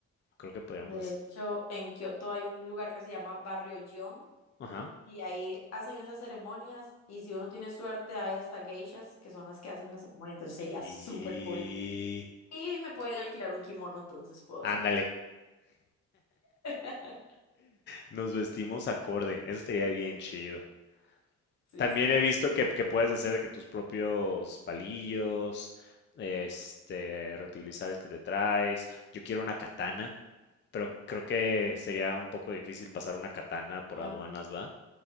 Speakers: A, on the left (about 40°); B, on the left (about 60°).
A: Creo que podríamos
B: De
A: hacer...
B: hecho, en Kioto hay un lugar que se llama Barrio Gion
A: Ajá.
B: y ahí hacen esas ceremonias y si uno tiene suerte hay hasta geishas que son las que hacen la ceremonia, entonces sería
A: Y...
B: súper cool. Y me pueden alquilar un kimono, entonces puedo
A: Ándale,
B: hacer la experiencia. <laughs>
A: nos vestimos acorde. Eso estaría bien chido.
B: Sí,
A: También
B: estaría
A: he
B: muy
A: visto
B: cool.
A: que, que puedes hacer de que tus propios palillos, este, reutilizables que te traes. Yo quiero una katana, pero creo que sería un poco difícil pasar una katana por
B: Ajá,
A: aduanas, ¿va?